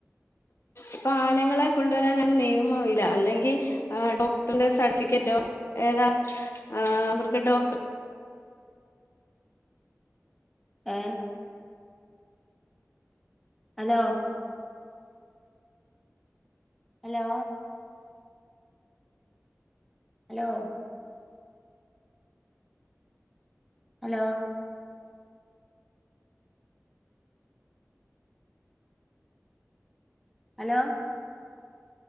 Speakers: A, on the left (about 55°); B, in the centre.
A: ഇപ്പൊ ആനകളെ കൊണ്ടുവരാൻ അങ്ങനെ നിയമവില്ല അല്ലെങ്കിൽ ഡോക്ടറിന്റെ സർട്ടിഫിക്കറ്റോ ഏതാ അവരുടെ ഡോക്ടറിന്റെ
B: ആ hello hello hello hello hello